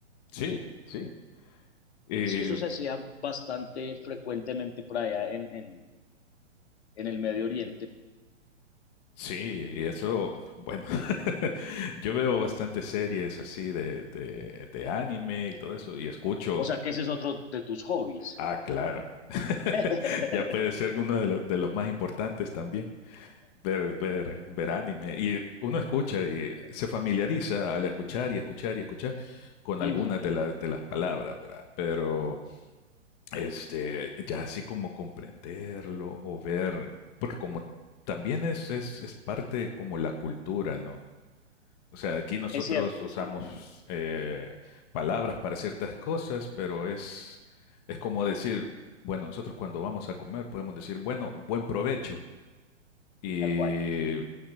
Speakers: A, on the left (about 35°); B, on the left (about 60°).
A: sí, sí. Eh,
B: Sí, eso se hacía bastante frecuentemente por allá en, en, en el Medio Oriente.
A: sí, y eso, bueno, <laughs> yo veo bastantes series así de, de, de anime y todo eso, y escucho,
B: O sea que ese es otro de tus hobbies.
A: ah, claro,
B: <laughs>
A: <laughs> ya puede ser uno de, lo- de los más importantes también, ver, ver, ver anime. Y uno escucha y se familiariza al escuchar y escuchar y escuchar con
B: Ujú.
A: algunas de, las de las palabras, ¿verdad? Pero, este, ya así como comprenderlo o ver, porque como también es, es, es parte como la cultura, ¿no? O sea, aquí nosotros
B: Es cierto,
A: usamos
B: sí,
A: eh, palabras para ciertas cosas, pero es, es como decir, bueno, nosotros cuando vamos a comer podemos decir, bueno, buen provecho. Y
B: tal cual.